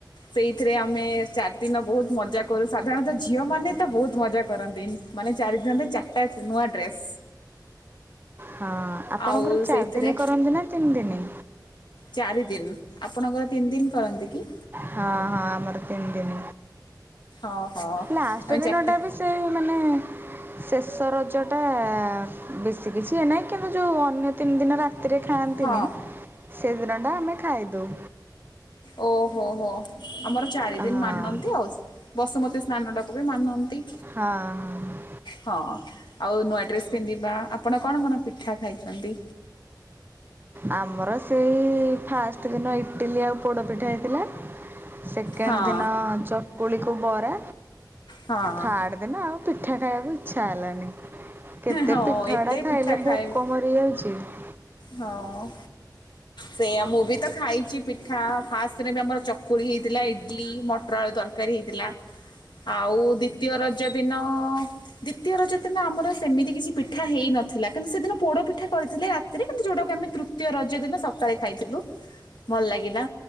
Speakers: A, on the left (about 80°); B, on the right (about 25°).
A: ସେଇଥିରେ ଆମେ ଚାରି ଦିନ ବହୁତ ମଜା କରୁ, ସାଧାରଣତଃ ଝିଅ ମାନେ ତ ବହୁତ ମଜା କରନ୍ତି। ମାନେ ଚାରିଦିନରେ ଚାରିଟା ନୂଆ ଡ୍ରେସ୍।
B: ହଁ ଆପଣଙ୍କର
A: ଆଉ
B: ଚାରି
A: ସେଇଥିରେ
B: ଦିନ କରନ୍ତି ନା ତିନି ଦିନି?
A: ଚାରି ଦିନି, ଆପଣଙ୍କର ତିନି ଦିନି କରନ୍ତି କି?
B: ହଁ ହଁ ଆମର ତିନି ଦିନ,
A: ଓହୋ
B: ଲାଷ୍ଟ
A: ଆମେ
B: ଦିନ
A: ଚାରିଟା
B: ଟା ବି ଏତେ ମାନେ ଶେଷ ରଜ ଟା ବେଶୀ କିଛି ୟେ ନାହିଁ କିନ୍ତୁ ଯୋଉ ଅନ୍ୟ ତିନି ଦିନ ରା ତିରେ ଖାଆନ୍ତିନି,
A: ହଁ
B: ସେଦିନଟା ଆମେ ଖାଇଦେଉ।
A: ଓ ହୋ ହୋ, ଆମର ଚାରି
B: ହଁ
A: ଦିନ ମାନନ୍ତି ଆଉ। ବସୁମତୀ ସ୍ନାନଟାକୁ ବି ମାନନ୍ତି।
B: ହଁ ହଁ।
A: ହଁ ଆଉ ନୂଆ ଡ୍ରେସ୍ ପିନ୍ଧିବା। ଆପଣ କଣ କଣ ପିଠା ଖାଇଛନ୍ତି?
B: ଆମର ସେଇ ଫାଷ୍ଟ ଦିନ ଇଟିଲି ଆଉ ପୋଡ଼ପିଠା ହେଇଥିଲା। ସେକେଣ୍ଡ
A: ହଁ
B: ଦିନ ଚକୁଳିକୁ ବରା,
A: ହଁ
B: ଥାର୍ଡ ଦିନ ଆଉ ପିଠା ଖାଇବାକୁ ଇଛା ହେଲାନି, କେତେ
A: ହଁ
B: ପିଠା
A: ଏତେ
B: ଗୁଡା ଖାଇଲେ
A: ପିଠା ଖାଇବେ
B: ଭୋକ ମ <unintelligible>
A: ହଁ ଅଁ। ସେଇଆ ମୁଁ ବି ତ ଖାଇଛି ପିଠା, ଫାଷ୍ଟ ଦିନ ବି ଆମର ଚକୁଳି ହେଇଥିଲା, ଇଡଲି, ମଟର ଆଳୁ ତର କାରୀ ହେଇଥିଲା, ଆଉ ଦ୍ଵିତୀୟ ରଜ ଦିନ ଦ୍ୱିତୀୟ ରଜ ଦିନ ଆମର ସେମିତି କିଛି ପିଠା ହେଇନଥିଲା କିନ୍ତୁ ସେଦିନ ପୋଡ ପିଠା କରିଥିଲେ ରା ତିରେ କିନ୍ତୁ ଯୋଉଟାକୁ ଆମେ ତୃତୀୟ ରଜ ଦିନ ସକାଳେ ଖାଇଥିଲୁ, ଭଲ ଲାଗିଲା।